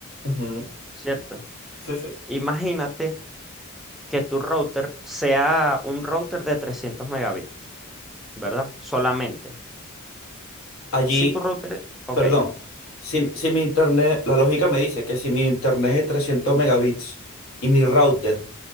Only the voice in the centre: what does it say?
¿cierto?
Imagínate que tu router sea un router de 300 megabits, ¿verdad? Solamente.
Si tu router, ok,